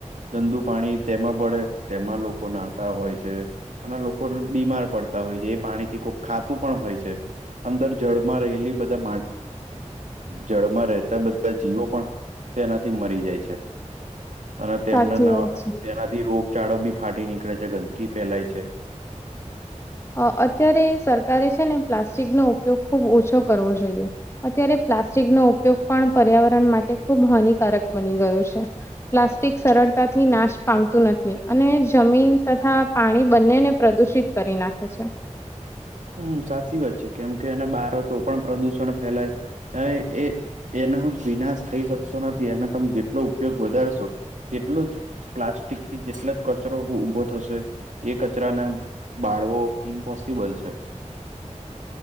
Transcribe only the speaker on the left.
સાચી
વાત છે.
અ અત્યારે સરકારે છે ને પ્લાસ્ટિક નો ઉપયોગ ખુબ ઓછો કરવો જોઈએ અત ત્યારે પ્લાસ્ટિકનો ઉપયોગ પણ પર્યાવરણ માટે ખુબ હાનિકારક બની ગયો છે પ્લાસ્ટિક સરળતાથી નાશ પામતું નથી અને જમીન તથા પાણી બંનેને પ્રદુષિત કરી નાખે છે